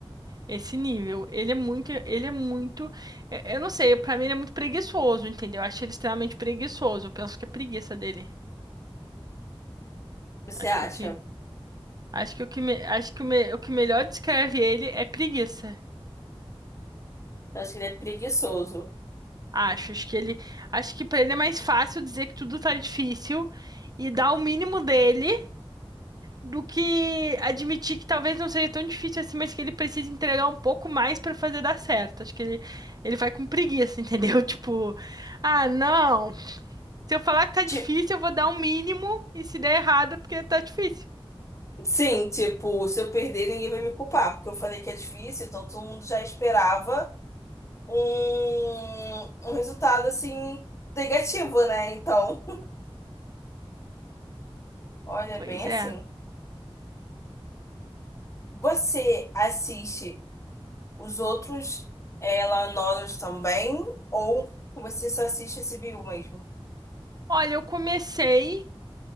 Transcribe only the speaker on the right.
esse nível, ele é muito, ele é muito, é, eu não sei, pra mim ele é muito preguiçoso, entendeu? Eu acho ele extremamente preguiçoso. Eu penso que é preguiça dele.
Acho
que o que, acho que o que, me- acho que o, me- o que melhor descreve ele é preguiça.
Acho, acho que ele, acho que pra ele é mais fácil dizer que tudo tá difícil e dar o mínimo dele do que admitir que talvez não seja tão difícil assim, mas que ele precisa entregar um pouco mais pra fazer dar certo. Acho que ele, ele vai com preguiça, <laughs> entendeu? Tipo, ah, não. Se eu falar que tá difícil,
eu vou dar um mínimo e se der errado, é porque tá difícil.
Pois
é.
Olha, eu comecei